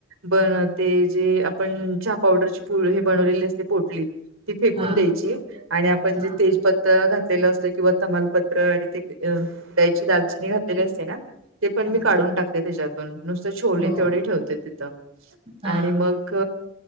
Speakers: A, on the right; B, on the right.
A: बनते जे आपण चहा पावडरची प हे बनवलेली असते पोटली. ती फेकून
B: हा
A: द्यायची, आणि आपण
B: हा
A: जेऽ तीजपत्त घातलेलं असतं किंवा तमालपत्र आणि ते दयची दालचिनी घातलेली असते ना ते पण
B: हा
A: मी काढून टाकते त्याच्यात नुसते छोले
B: हो
A: तेवढे ठेवते तिथं
B: हा
A: आणि मग